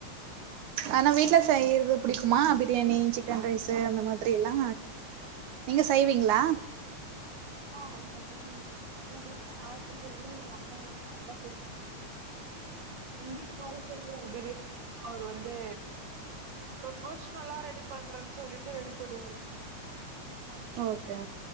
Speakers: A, on the right; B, on the right.
A: ஆனா வீட்ல செய்யற்து புடிக்குமா பிரியாணி சிக்கன் ரைஸு அந்த மாதிரியெல்லா நீங்க செய்வீங்ளா
B: ஆனா அது மாரி <unintelligible> செல <inaudible> நா செய்யறது எங்க அம்மா எங்க அப்பா செய்யறது எங் வீட்டுக்காரு செய்வாரு பிரியாணியா அவரு வந் வந்து ப்ரொப்போஷ்னலா ரெடி பண்றேன் சொல்லிட் ட்டு ரெடி பண்ணுவாரு
A: ஓகே